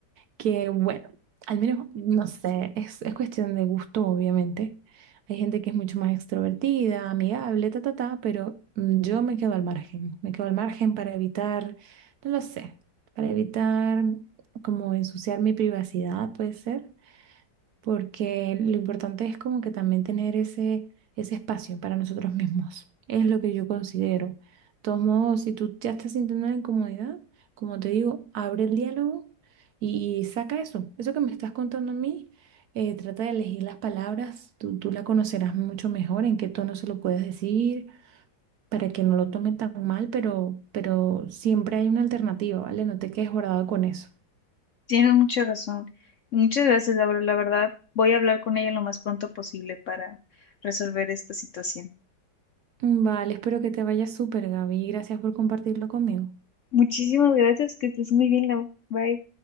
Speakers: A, on the right; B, on the left.
A: que bueno, al menos, no sé, es, es cuestión de gusto, obviamente. Hay gente que es mucho más extrovertida, amigable, ta, ta, ta, pero mm, yo me quedo al margen, me quedo al margen para evitar, no lo sé, para evitar como ensuciar mi privacidad, puede ser porque lo importante es como que también tener ese, ese espacio para nosotros mismos. Es lo que yo considero. De todos modos, si tú ya estás sintiendo la incomodidad, como te digo, abre el diálogo y, y saca eso. Eso que me estás contando a mí, eh, trata de elegir las palabras. Tú, tú la conocerás mucho mejor, en qué tono se lo puedes decir, para que no lo tome tan mal, pero, pero siempre hay una alternativa, ¿vale? No te quedes guardado con eso.
B: tienes mucha razón. Muchas gracias, Laura. La verdad, voy a hablar con ella lo más pronto posible para resolver esta situación.
A: Vale, espero que te vaya súper, Gaby. y Gracias por compartirlo conmigo.
B: Muchísimas gracias, que estés muy bien, Laura. Bye.